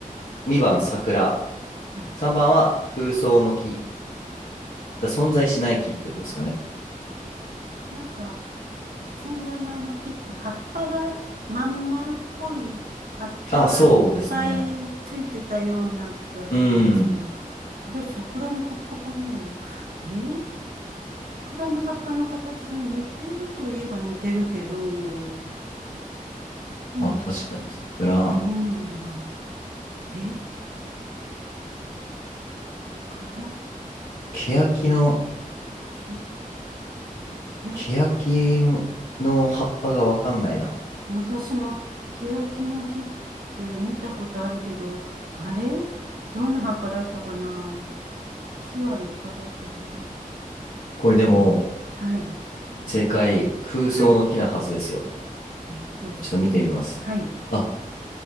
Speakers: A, on the left; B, on the right.
A: 2番、桜。
B: あ、はい。
A: 3番は空想の木。存在しない木ってことですかね。
B: なんか、一円玉の木って葉っぱがまん丸っぽい葉っぱがいっぱいついてたような気がするんですけど、
A: あ、そうですね。うん。
B: あれ、桜の葉っぱかなえー桜の葉っぱの形に似てるといえば似てるけど、でも、
A: あ、確かに桜。
B: どうなんだろう。え桜
A: 欅の、
B: ケヤキケヤキ
A: 欅の葉っぱがわかんないな。
B: 私も、ケヤキの木って見たことあるけど、あれどんな葉っぱだったかな木は立派だったけど。
A: これでも、
B: えはい。
A: 正解、空想の木なはずですよ。
B: はい。え、どうぞ。
A: ちょっと見てみます。
B: はい。
A: あ、